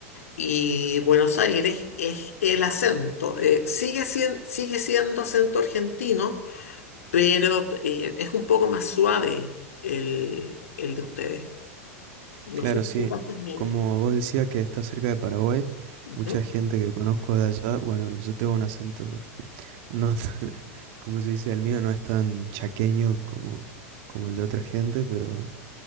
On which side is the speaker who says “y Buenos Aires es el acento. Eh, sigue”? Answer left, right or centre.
Left